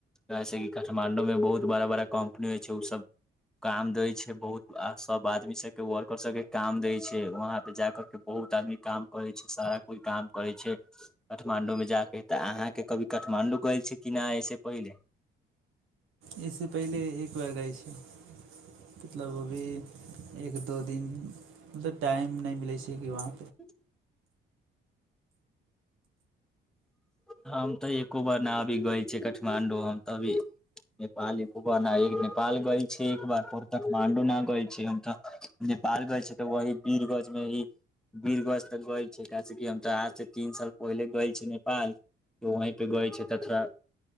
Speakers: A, in the centre; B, on the right.
A: जैसे काठमाण्डूमे बहुत बड़ा बड़ा कम्पनी होइ छै ओसभ काम दै छै बहुत आ सभ आदमी सभके वर्कर सभके काम दै छै वहाँपे जा कर के बहुत आदमी काम करै छै सारा कोइ काम करै छै काठमाण्डूमे जा कऽ तऽ अहाँके कभी काठमाण्डू गेल छै की नहि अइसँ पहिले
B: एहिसँ पहिले एक बार गैल छै मतलब ओभी एक दो दिन ओतऽ टाइम नहि मिलै छै की वहाँ
A: <unintelligible> हम तऽ एको बार न अभी गेल छी काठमाण्डू हम तऽ अभी नेपाल एको बार न नेपाल गेल छी एक बार काठमाण्डू न गेल छी हम तऽ नेपाल गेल छी तऽ वही बीरगंज मे ही बीरगंज तऽ गेल छी कैस की हम तऽ अहाँ से तीन साल पहिले गेल छी नेपाल वहींपे गेल छी क-कटरा